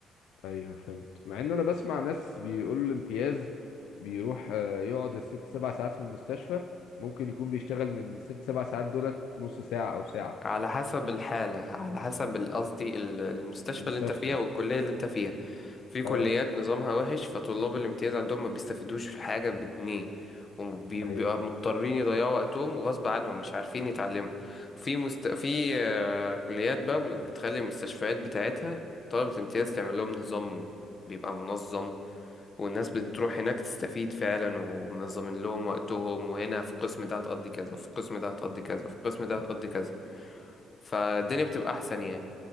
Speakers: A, on the left; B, on the left.
A: ايوه فهمت مع ان انا بسمع ناس بيقولوا الامتياز بيروح آه، يقعد الست سبع ساعات في المستشفى ممكن يكون بيشتغل من ست سبع ساعات دولت نص ساعة او ساعة
B: على حسب الحالة على حسب ال- قصدي ال- المستشفى
A: في المستشفى
B: اللي انت فيها والكلية اللي انت فيها في كليات
A: اه
B: نظامها وحش فطلاب الامتياز عندهم ما بيستفيدوش حاجة بجنيه وبيبقوا
A: ايوه
B: مضطرين يضيعوا وقتهم وغصب عنهم مش عارفين يتعلموا في مست... في آه، كليات بقى بتخلي المستشفيات بتاعتها طلبة الامتياز تعمل لهم نظام بيبقى منظم والناس بتروح هناك تستفيد فعلا ومنظمين لهم وقتهم وهنا في القسم ده هتقضي كذا وفي القسم ده هتقضي كذا وفي القسم ده هتقضي كذا فالدنيا بتبقى احسن يعني